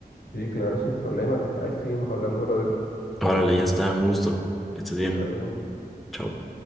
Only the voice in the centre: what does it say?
Órale, ya está, un gusto. Que estés bien.
Chao.